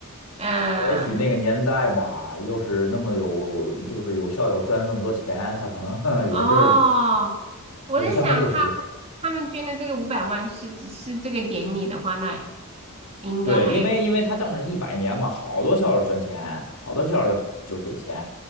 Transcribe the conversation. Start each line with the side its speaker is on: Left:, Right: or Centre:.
Right: 呃，
Left: 也许那个年代吧，又是那么有，就是有校友捐那么多钱，他可能 <laughs> 也是
Right: 哦，我在想他
Left: 有钱没处使。
Right: 他们捐的这个五百万是只是这个典礼的话，那应该还有
Left: 对，因为因为他当着一百年嘛，好多校友捐钱，好多校友就是给钱，